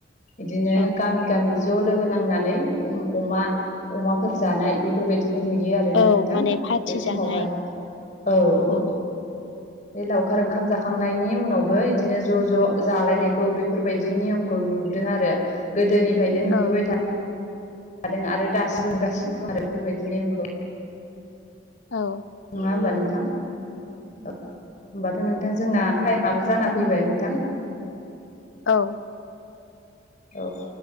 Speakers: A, on the left; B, on the left.
A: बिदिनो
B: औ
A: गामि-गामि ज' लोगो नांनानै अम अमा-अमाफोर जानाय बेफोरबायदि खौ नुयो आरोना
B: औ
A: नोंथां
B: माने पार्टि
A: बे समावहाय
B: जानाय
A: औ-औ
B: औ
A: बे लावखार ओंखाम जाखांनायनि उनावबो यिदिनो ज' ज' जालायनायखौ बेफोरबायदि नियमखौ नुदों आरो गोदोनि फ्रायनो नुबोबाय
B: औ
A: थादों। लाादों आरो दासि <inaudible> <unintelligible> बोगासिनो दं आरो बेफोरबायदि नेमखौ
B: औ
A: नङा होनबा नों थां औ होमबाथ' नोंथां जोंना टाइमआबो जाना फैबाय नोंथां
B: औ
A: औ